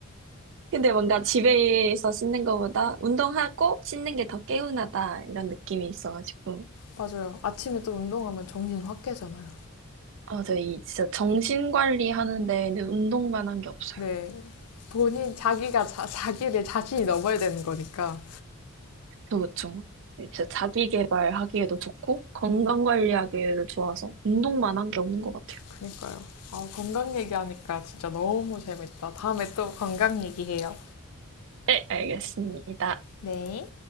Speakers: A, on the right (about 55°); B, on the left (about 85°).
A: 근데 뭔가 집에서 씻는 것보다 운동하고 씻는 게 더 개운하다 이런 느낌이 있어가지고
B: 맞아요. 아침에 또 운동하면 정신 확 깨잖아요.
A: 아, 저이 진짜 정신 관리하는 데는 운동만 한 게 없어요.
B: 네, 본인 자기가 자, 자기를 자신이 넘어야 되는 거니까.
A: 그렇죠. 진짜 자기 개발하기에도 좋고, 건강 관리하기에도 좋아서, 운동만 한 게 없는 것 같아요.
B: 그니까요. 아, 건강 얘기하니까 진짜 너무 재밌다. 다음에 또 건강 얘기해요.
A: 네, 알겠습니다.
B: 네.